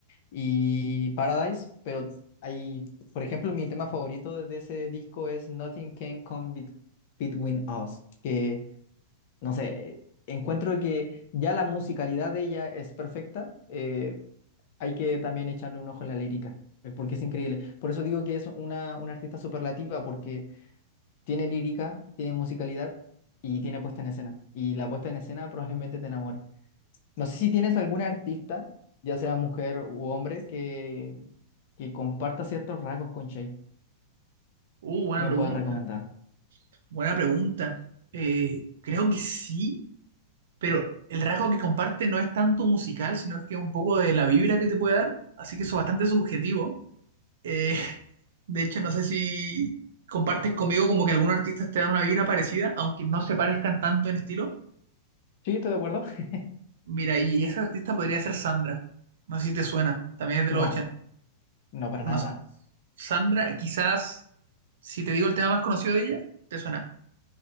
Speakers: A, on the left; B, on the right.
A: y Paradise, pero hay, por ejemplo, mi tema favorito de de ese disco es Nothing Can Come Bet- Between Us, que, no sé, encuentro que ya la musicalidad de ella es perfecta, eh, hay que también echarle un ojo a la lírica, eh, porque es increíble. Por eso digo que es una, una artista superlativa, porque tiene lírica, tiene musicalidad y tiene puesta en escena. Y la puesta en escena probablemente te enamore. No sé si tienes alguna artista, ya sea mujer u hombre, que, que comparta ciertos rasgos con Shape
B: Uh, buena
A: que me
B: pregunta,
A: puedas recomendar.
B: buena pregunta. Eh, creo que sí. Pero el rasgo que comparte no es tanto musical, sino es que un poco de la vibra que te puede dar, así que eso es bastante subjetivo. Eh, de hecho, no sé si compartes conmigo como que algunos artistas te dan una vibra parecida, aunque no se parezcan tanto en estilo.
A: ¿Sí? ¿Estás de acuerdo? <laughs>
B: Mira, y esa artista podría ser Sandra. No sé si te suena, también es de
A: No,
B: los 80.
A: no para
B: No
A: nada.
B: sé. Sandra, quizás, si te digo el tema más conocido de ella, te suena,